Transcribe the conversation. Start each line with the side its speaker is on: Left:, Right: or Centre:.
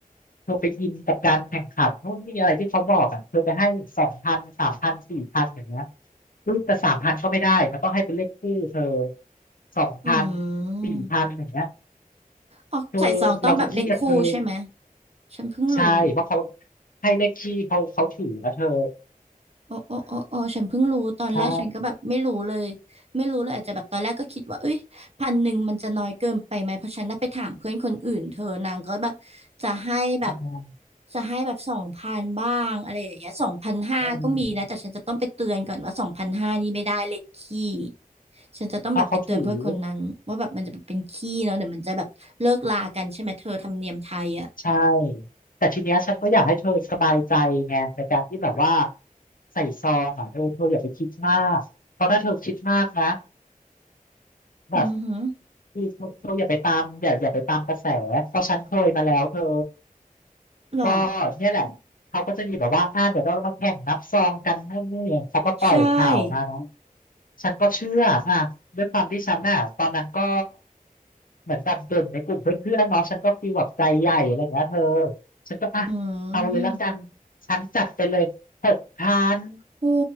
Left: เธอไปอินกับการแข่งขันนู่นนี่อะไรที่เขาบอกอ่ะเธอไปให้สองพันสามพันสี่พันอย่างเงี้ยอุ้ยแต่สามพันก็ไม่ได้มันต้องให้เป็นเลขคู่เธอสองพัน
Right: อืม
Left: สี่พันอย่างเงี้ย
Right: อ๋อใส่ซองต้องแบบเลขคู่ใช่ไหม
Left: คือเราจะเครียดเอง
Right: ฉันเพิ่งรู้
Left: ใช่เพราะเขาให้เลขที่เขาเขาถือนะเธอ
Right: อ๋ออ๋ออ๋ออ๋อฉันเพิ่งรู้ตอนแรกฉันก็แบบไม่รู้เลยไม่รู้เลยอาจจะแบบตอนแรกก็คิดว่าเอ้ยพันหนึ่งมันจะน้อยเกินไปไหมเพราะฉันน่ะไปถามเพื่อนคนอื่นเธอนางก็แบบจะให้แบบ
Left: ใช่ทำงาน
Right: จะให้แบบสองพันบ้างอะไรอย่างเงี้ยสองพันห้าก็มีนะแต่ฉันจะต้องไปเตือนก่อนว่าสองพันห้านี่ไม่ได้เลยขี้
Left: เออ
Right: ฉันจะต้องแบบไปเตือนเพื่อนคนนั้นว่าแบบมันจะเป็นขี้เนาะเดี๋ยวมันจะแบบเลิกลากันใช่ไหมเธอธรรมเนียมไทยอ่ะ
Left: เพราะเขาถือใช่แต่ทีเนี้ยฉันก็อยากให้เธอสบายใจไงในการที่แบบว่าใส่ซองอ่ะเออเธออย่าไปคิดมากเพราะถ้าเธอคิดมากนะแบบ
Right: อือหือ
Left: คือเธอเธออย่าไปตามอย่าอย่าไปตามกระแสเพราะฉันเคยมาแล้วเธอ
Right: หรอ
Left: ก็เนี่ยแหละเขาก็จะมีแบบว่าอ่าเดี๋ยวเรามาแข่งนับซองกันนู่นนี่เขาก็ปล่อยข่าวมาเนาะ
Right: ใช่
Left: ฉันก็เชื่ออ่ะด้วยความที่ฉันน่ะตอนนั้นก็เหมือนแบบเด่นในกลุ่มเพื่อนๆเนาะฉันก็ฟีลแบบใจใหญ่อะไรอย่างเงี้ยเธอฉันก็อ่ะเอาเลยละกัน
Right: อืม
Left: ฉันจัดไปเลยหกพัน
Right: โอ้